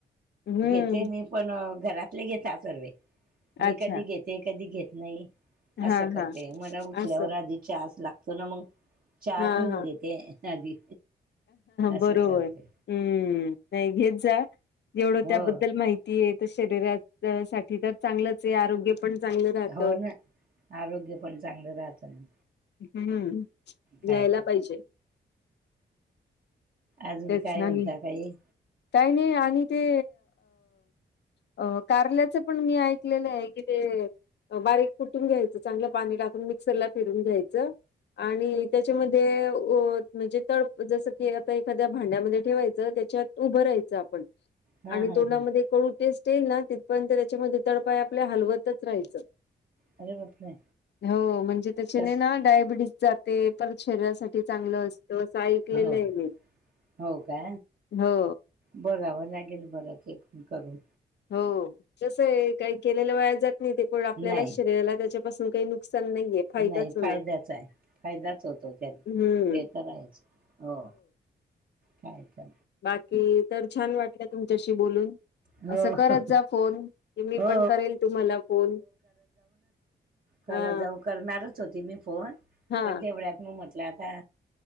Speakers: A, on the left; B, on the right.
A: हम्म
B: घेते मी पण घरातले घेत सर्व मी
A: अच्छा
B: कधी घेते. ते कधी घेत नाही
A: हा
B: असं करते
A: हा
B: मला उठल्यावर
A: असं
B: आधी चहा लागतो ना मग चहा
A: हा
B: पिऊन
A: हा
B: घेते आधी असं
A: बरोबर
B: करते
A: हम् नाही घेत जा जवढं
B: हो
A: त्याबद्दल माहिती शरीरा साठी तर चांगलंच आहे आरोग्य ण चांगलं राहतं.
B: हो ना आरोग्य पण चांगलं राहत ना.
A: हम्म
B: काय
A: या्यायला
B: तर
A: पाहिजे.
B: अजून
A: तेच
B: काय म्हणता
A: आणि
B: काही
A: काही नाहि अ कारल्याचं पण मी ऐकलेलं आहे की ते बारीक फुटून घ्यायचं चांगलं पाणी टाकून मिक्सरला फिरून घ्यायचं. आणि त्याच्यामध्ये अ म्हणजे तडप जसं की आता एखाद्या भांड्यामध्ये ठेवायचं त्याच्यात उभं राहायचं आपण
B: हां
A: आणि
B: हां
A: तोंडामध्ये
B: हां
A: कळू टेस्ट येईल ना तिथ पण त्याच्यामध्ये तडपाय आपल्या हलवतच राहायं.
B: अरे बापरे
A: हो म्हणजे त्याच्याने
B: तस
A: ना डायबिटीस जाते पण शरीरासाठी चांगलं असतं असं ऐकलेलं
B: हो
A: आहे म.
B: हो का
A: हो
B: बोलावं लागेल बरंच करून
A: हो जसं आहे काही केलेलं वया जात नाही ते पण आपल्याला
B: नाही
A: शरीराला त्याच्यापासून काही नुकसा नाहीये. फायदाच
B: नाही
A: होणार
B: फायद्याचा आहे फायदाच होतो त्याने
A: हम्म
B: ते तरराहायचं हो काय तर.
A: बाकी तर छान वाटलं तुमच्याशी बोलून.
B: हो
A: असं करत जा फोन क मी
B: हो
A: पण करेल तुम्हाला फोन
B: खरं
A: हा
B: जाऊ करणारच होती मी फोन
A: हा
B: पण तेवढ्यात मग म्हटलं आता